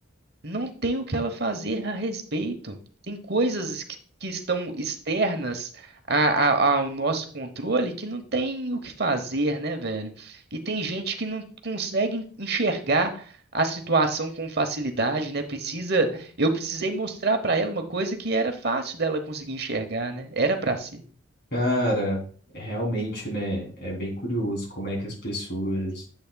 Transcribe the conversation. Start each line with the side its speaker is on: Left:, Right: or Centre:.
Right: não tem o que ela fazer a respeito. Tem coisas que, que estão externas a- a- ao nosso controle que não tem o que fazer, né, velho? E tem gente que não consegue enxergar a situação com facilidade, né? Precisa, eu precisei mostrar pra ela uma coisa que era fácil dela conseguir enxergar, né? Era pra si.
Left: Cara, realmente, né? É bem curioso como é que as pessoas